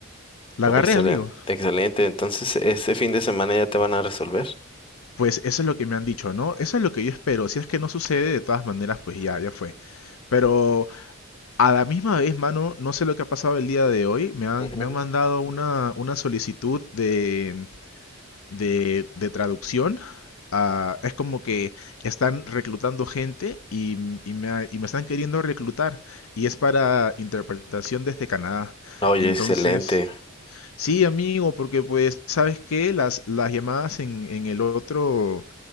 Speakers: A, on the left; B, on the left.
A: la
B: Oh,
A: agarré,
B: excelente.
A: amigo.
B: Excelente. Entonces, ¿este fin de semana ya te van a resolver?
A: Pues eso es lo que me han dicho, ¿no? Eso es lo que yo espero. Si es que no sucede, de todas maneras, pues ya, ya fue. Pero a la misma vez, mano, no sé lo que ha pasado el día de hoy. Me han,
B: Ujú.
A: me han mandado una, una solicitud de, de, de traducción. ah, es como que están reclutando gente y, m- y me, ha- y me están queriendo reclutar. Y es para interpretación desde Canadá.
B: Oye,
A: Entonces,
B: excelente.
A: sí, amigo, porque pues, ¿sabes qué? Las, las llamadas en, en el otro,